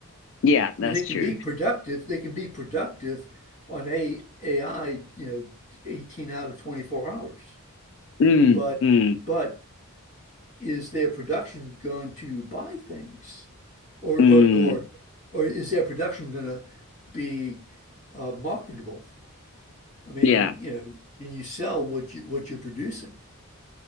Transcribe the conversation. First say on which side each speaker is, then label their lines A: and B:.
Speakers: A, on the left (about 55°); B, on the left (about 30°).
A: yeah,
B: I
A: that's
B: mean, they can
A: true.
B: be productive. They can be productive on a AI, you know, 18 out of 24 hours.
A: Mm,
B: But
A: mm,
B: but is their production going to buy things? Or
A: mm,
B: or or or is their production going to be uh, marketable? I mean,
A: yeah.
B: you know, can you sell what you what you're producing?